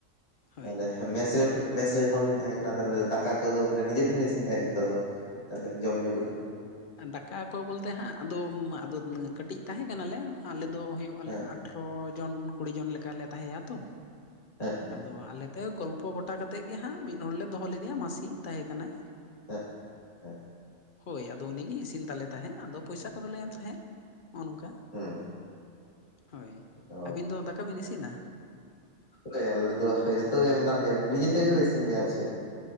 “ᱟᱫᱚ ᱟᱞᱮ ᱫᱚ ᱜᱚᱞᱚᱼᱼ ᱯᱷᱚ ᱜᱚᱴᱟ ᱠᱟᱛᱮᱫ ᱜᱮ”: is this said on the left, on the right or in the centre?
Left